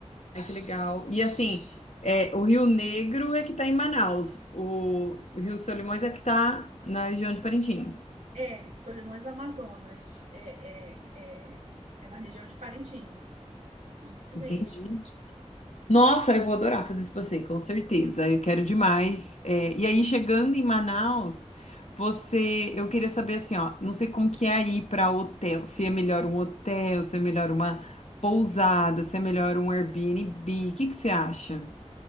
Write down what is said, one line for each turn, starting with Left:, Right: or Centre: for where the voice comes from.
Left: Ai, que legal. E assim, é, o Rio Negro é que está em Manaus, o Rio Solimões é que está na região de Parintins.
Right: É, Solimões Amazonas. É, é, é, é na região de Parintins. Isso
Left: Entendi.
Right: mesmo.
Left: Nossa, eu vou adorar fazer esse passeio, com certeza. Eu quero demais. É, e aí, chegando em Manaus, você, eu queria saber assim, ó, não sei como que é aí para hotel, se é melhor um hotel, se é melhor uma pousada, se é melhor um Airbnb, o que que você acha?